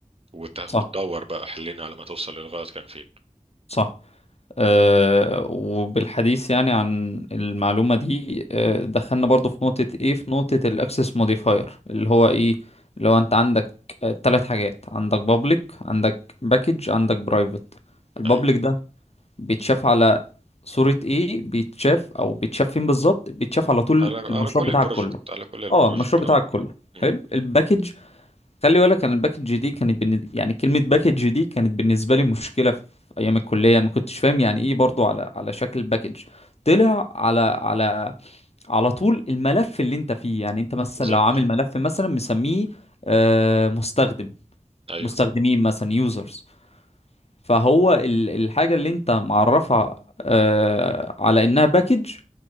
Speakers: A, on the right (about 45°); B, on the left (about 50°).
A: وت- وتدور
B: صح
A: بقى حلين على ما توصل للغلط كان فين
B: صح آه، وبالحديث يعني عن المعلومة دي آه، دخلنا برضو في نقطة ايه في نقطة الاكسس موديفاير اللي هو ايه لو انت عندك ثلاث حاجات عندك بابليك عندك باكج عندك برايفت البابليك
A: أيوه
B: ده بيتشاف على صورة ايه بيتشاف او بيتشاف فين بالظبط بيتشاف على طول
A: على على
B: المشروع
A: كل
B: بتاعك
A: البروجكت
B: كله
A: على كل البروجكت
B: اه المشروع
A: أه
B: بتاعك كله
A: مم.
B: حلو الباكج خلي بالك انا الباكج دي كانت بالن... يعني كلمه باكج دي كانت بالنسبه لي مشكله في ايام الكليه ما كنتش فاهم يعني ايه برضو على على شكل باكج طلع على على على طول الملف اللي انت فيه يعني انت مثلا
A: بالظبط
B: لو عامل ملف مثلا مسميه آه، مستخدم
A: أيوه
B: مستخدمين مثلا يوزرز فهو ال- الحاجه اللي انت معرفها آه، على انها باكج